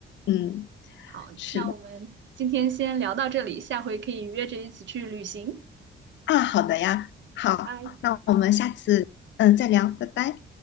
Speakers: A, on the left; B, on the right.
A: 嗯，
B: 好，
A: 是的
B: 那我们今天先聊到这里，下回可以约着一起去旅行。
A: 啊，好的呀，好，
B: 拜。
A: 那我们下次嗯再聊，拜拜。